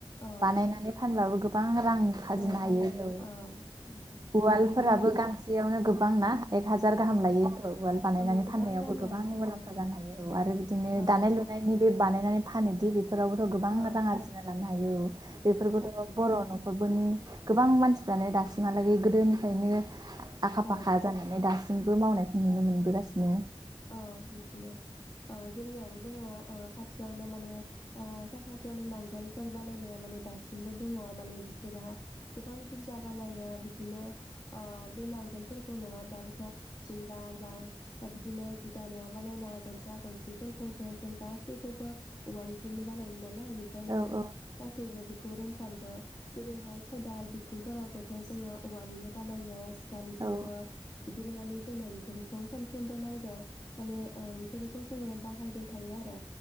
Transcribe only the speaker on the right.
बायनानै फानबाबो गोबां रां फाजिनो
हायो
औ औ
उवालफोराबो
गांसेयावनो गोबां ना एक हाजार हाजार गाहाम
लायो औ उवाल बानायनानै
फाननायावबो
गोबां
मुलाम्फा
जानो हायो औ आरो बिदिनो
दानाय लुनायनि बे बानायनानै फानोदि बेफ फोरावबोथ' गोबां
रां आरजिना लानो हायो औ बेफोरखौथ' बर' न'ख नि गोबां मानसिफ्रानो दासिमानो लागै गोदोनिफ्रायनो आखा फाखा
जानानै दासि जोंबो मावनायखौ नुनो मोनबोगासिनो।
औ
औ